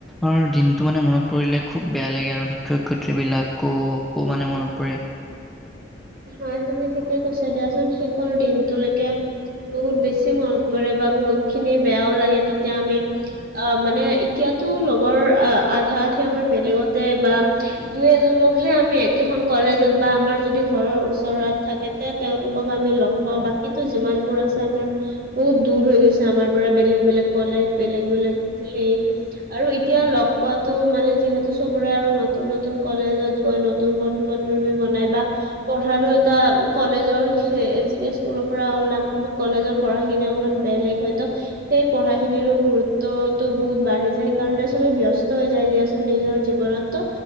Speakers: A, in the centre; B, on the right.
A: অৰ দিনটো মানে মনত পৰিলে খুব বেয়া লাগে আৰু শিক্ষয় ক্ষয়িত্ৰী বিলাককো মানে মনত পৰে
B: হয় তুমি ঠিকে কৈছা দিয়াচোন শেষৰ দিনটোলৈকে বহুত বেছি মনত পৰে বা বহুত খিনি বেয়াও লাগে তেতিয়া আমি আ মানে এতিয়াতো লগৰ আ আধা আধি আমাৰ বেলেগতে বা দুই এজনকহে আমি একেখন কলেজত বা আমাৰ যদি ঘৰৰ ওচৰত থাকেতে তেওঁলোকক আমি লগ পাওঁ বাকীতো যিমানবোৰ আছে আমাৰ বহুত দূৰ হৈ গৈছে আমাৰ পৰা বেলেগ বেলেগ কলেজ বেলেগ বেলেগ সেই আৰু এতিয়া লগ পোৱাতো মানে যিহেতু সবৰে আৰু নতুন নতুন কলেজত গৈ নতুন বন্ধু বান্ধৱী বনাই বা পঢ়াৰো এ টা কলেজৰ সেই এ স্কুলৰ পৰা ওলাম কলেজৰ পঢ়াখিনি অকমান বেলেগ হয়তো সেই পঢ়া খিনিৰো গুৰুত্বতটো বহুত বাঢ়ি যায় সেইকাৰণে চবে ব্যস্ত হৈ যায় দিয়া চুন নিজৰ জীৱনতো